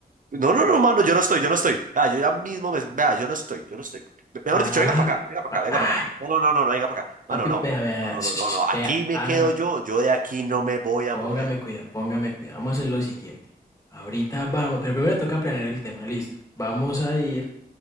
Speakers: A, on the right; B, on the left.
A: No, no, no, mano, yo no estoy, yo no estoy. Ah, yo ya mismo me. Vea, yo no estoy, yo no estoy. Mejor
B: papi,
A: dicho, venga para acá, venga para
B: pa-
A: acá, venga para
B: ay,
A: acá. No, no, no, no, no, venga para acá.
B: papi,
A: Mano, no.
B: vea, vea,
A: No, no,
B: sh-
A: no, no,
B: sh- sh,
A: no. Aquí
B: vea,
A: me
B: haga,
A: quedo yo, yo de aquí no me voy a
B: póngame
A: mover.
B: cuidado, póngame cuidado, vamos a hacer lo siguiente. Ahorita vamos, pero primero toca planear el tema, listo. Vamos a ir